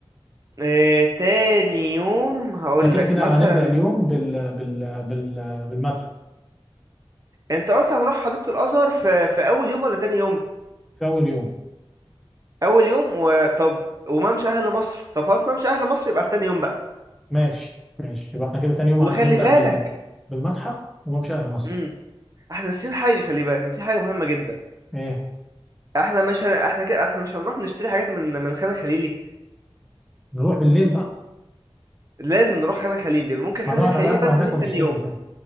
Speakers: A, on the right (about 35°); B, in the centre.
A: آه، تاني يوم هقول
B: احنا كده
A: لك
B: كده
A: مثلا
B: هنبدأ اليوم بال... بال... بال... بالمتحف
A: انت قلت هنروح حديقة الازهر في في اول يوم ولا تاني يوم
B: في أول يوم
A: اول يوم وطب وما مش اهل مصر طب خلاص ما مش اهل مصر يبقى في تاني يوم بقى
B: ماشي ماشي يبقى احنا كده تاني يوم
A: وخلي
B: هنبدأ
A: بالك
B: بال... بالمتحف وممشى أهل مصر
A: امم احنا ناسيين حاجه خلي بالك ناسيين حاجه مهمه جدا
B: إيه
A: احنا مش هن... احنا كده احنا مش هنروح نشتري حاجات من من خان الخليلي
B: نروح بالليل بقى
A: لازم نروح خان الخليلي ممكن
B: ما
A: خان
B: نقعد
A: الخليلي
B: على قهوة
A: بقى نخليه
B: هناك
A: في
B: ونشتري
A: تاني يوم
B: هناك